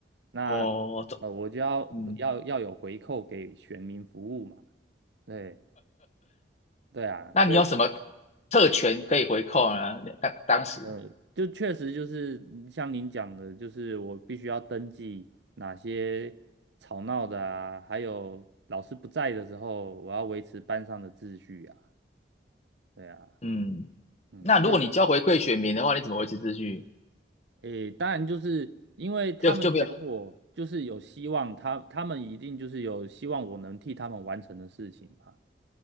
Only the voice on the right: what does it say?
那
呃我就要要要有回扣给选民服务嘛，
对对啊，
所以。
呃，就确实就是像您讲的，就是我必须要登记哪些吵闹的啊，还有老师不在的时候，我要维持班上的秩序啊。对啊，
嗯，
那
诶，当然就是因为他们选我，
就是有希望他，他们一定就是有希望我能替他们完成的事情嘛。